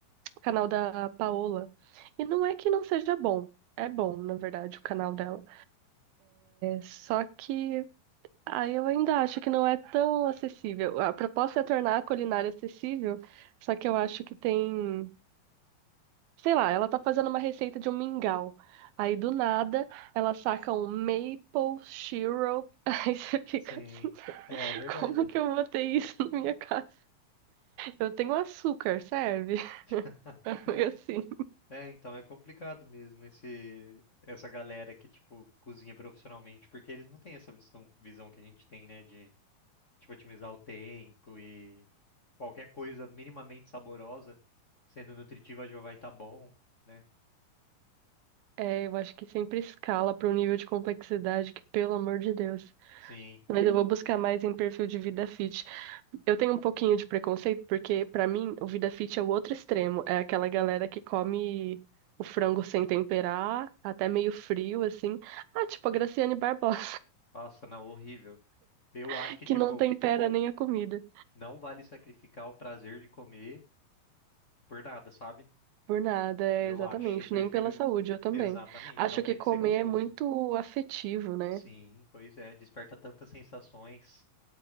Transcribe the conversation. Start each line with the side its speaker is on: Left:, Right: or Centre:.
Right: canal da Paola. E não é que não seja bom. É bom, na verdade, o canal dela. Só que aí eu ainda acho que não é tão acessível. A proposta é tornar a culinária acessível, só que eu acho que tem, sei lá, ela tá fazendo uma receita de um mingau. Aí do nada ela saca um maple syrup. <laughs> Aí você fica
Left: sim.
Right: assim,
Left: É verdade.
Right: como que eu botei isso na minha casa? Eu tenho açúcar, serve?
Left: <laughs>
Right: <laughs> Foi assim.
Left: É, então é complicado mesmo esse essa galera que tipo cozinha profissionalmente, porque eles não têm essa visão, visão que a gente tem, né, de tipo otimizar o tempo e qualquer coisa minimamente saborosa, sendo nutritiva já vai estar bom, né?
Right: É, eu acho que sempre escala para um nível de complexidade que, pelo amor de Deus.
Left: Sim.
Right: Mas eu vou buscar mais em perfil de vida fit. Eu tenho um pouquinho de preconceito, porque pra mim o vida fit é o outro extremo. É aquela galera que come o frango sem temperar, até meio frio, assim. Ah, tipo a Graciane Barbosa,
Left: Nossa, não, horrível. Eu
Right: <laughs>
Left: acho que,
Right: que
Left: tipo,
Right: não tempera nem a comida.
Left: não vale sacrificar o prazer de comer por nada, sabe?
Right: Por nada, é,
Left: Eu
Right: exatamente.
Left: acho. Eu prefiro.
Right: Nem pela saúde, eu também.
Left: Exatamente,
Right: Acho
Left: não tem
Right: que comer
Left: que ser gostoso.
Right: é muito afetivo, né?
Left: Sim, pois é, desperta tantas sensações,